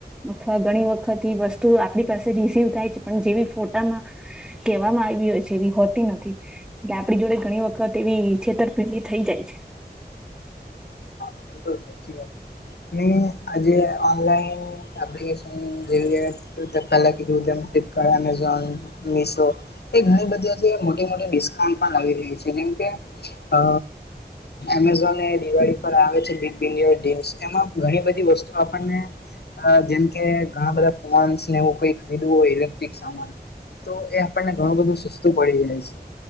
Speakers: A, in the centre; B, on the left (about 70°).
A: અથવા ઘણી વખત એ વસ્તુ આપણી પાસે રિસીવ થાય છે પણ જેવી ફોટામાં. કેવામાં આવી હોય છે એવી હોતી નથી. એટલે આપણી જોડે ઘણી વખત એવી છેતરપિંડી થઈ જાય છે.
B: બવ સાચી વાત છે, ને આજે ઓનલાઈન એપ્લિકેશન જેવીય પેલું તકાલ કીધું તેમ ફ્લિપકાર્ટ અમેઝોન, મિશો. એ ઘણી બધી મોટી મોટી ડિસ્કાન્ટ પણ આવી રહી છે જેમકે અ એમેઝોન એ દિવાળી પર આવે છે. ડપીન યોર ડીનસ એમાં ઘણી બધી વસ્તુ આપણને ત્યાં જેમ કે ઘણા બધા ફોનસ ને એવું કોઈ ખરીદવું હોય ઇલેક્ટ્રિક સામાન. તો એ આપણને ઘણું બધું સસ્તું પડી જાય છે.